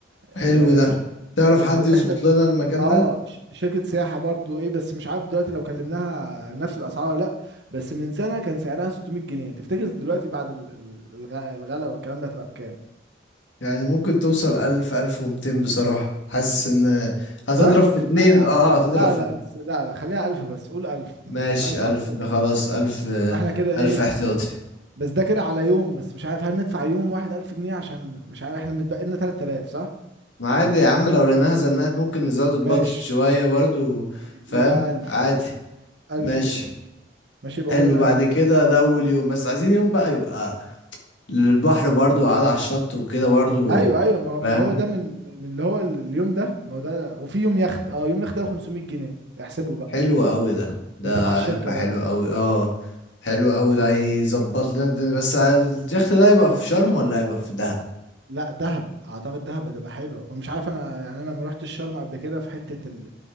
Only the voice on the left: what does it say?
حلو ده
تعرف
حد
يظبط لنا المكان
ده
يعني ممكن توصل الف الف ومتين بصراحة حاسس ان هتضرب
في اتنين
اه هتضرب
في
اتنين
ماشي
الف
خلاص الف آه،
الف احتياطي
ما عادي يا عم لو لقيناها زنقت ممكن نزود البادجت
شوية برضو فاهم
عادي
ماشي
حلو
بعد
كده ده أول يوم بس عايزين يوم بقى يبقى للبحر برضو قاعد على الشط وكده برضو
فاهم
حلو أوي ده ده
هيبقى
حلو أوي اه حلو أوي
ده هيظبط لنا الدنيا بس اليخت ده هيبقى في شرم ولا هيبقى في دهب؟